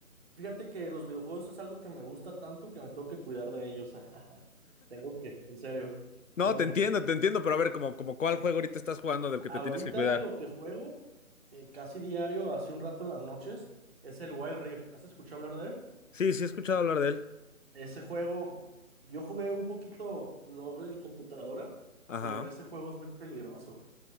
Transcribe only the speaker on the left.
No,
te
entiendo, te entiendo, pero a ver, como, como cuál juego ahorita estás jugando del que
te tienes que cuidar.
Sí, sí he escuchado hablar de él.
Ajá.